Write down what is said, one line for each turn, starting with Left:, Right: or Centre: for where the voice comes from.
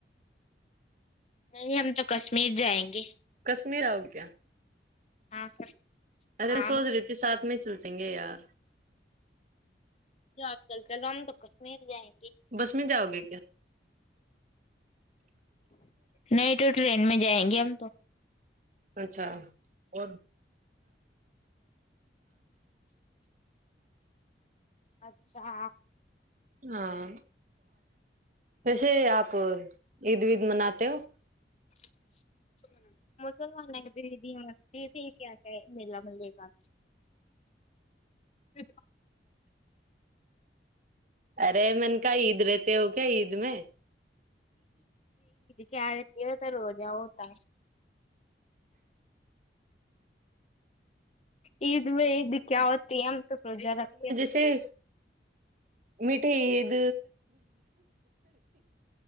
Left: نہیں ہم تو کشمیر جائیں گے
Right: کشمیر آؤ کیا
Left: ہاں
Right: ارے
Left: ہاں
Right: سوچ رہی ت کے ساتھ میں چل جائیں گے یار
Left: جو آپ چل چلو ہم تو کشمیر جائیں گے
Right: بس میں جاؤ گے کیا
Left: نہیں تو ٹرین میں جائیں گے ہم تو
Right: اچھا <inaudible>
Left: اچھا
Right: ہاں ویسے آپ عید وید مناتے ہو
Left: <unintelligible> مسلمان <unintelligible> ددی متی تھے کیا کیا ہے میلا ملے گ پ
Right: ارے من کاا عید رہتے ہو کیا عید میں
Left: کیا رہتی ہو تو روجا ہوتا ہے عید میں عید کیا ہوتی ہے ہم تو روزہ رکھتے
Right: سہی میٹھی عید